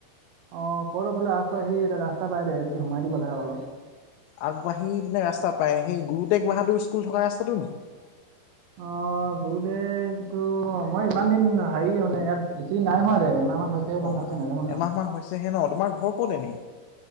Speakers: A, on the right (about 85°); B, on the left (about 85°).
A: অ কৰ্ডৰ ফালে আগবাঢ়ি আহি এটা ৰাস্ত পাই দে, এদেগি সোমাই দিব লাগে অলপ।
B: আগবাঢ়ি ৰাস্তা পায়, সেই গুৰু টেগ বাহাদুৰ স্কুল থকা ৰাস্তাটো নেকি?
A: অ গুৰু দে টু মই ইমান দিন হেৰি মানে ইয়াত বেছি দিন নাই হোৱা দে, এমাহমান হৈছে। ইমান
B: অ
A: ভালকৈ
B: অ
A: নাজানো তাৰ
B: এমাহ মান হৈছেহে ন, তোমাৰ ঘৰ ক'ত এনেই?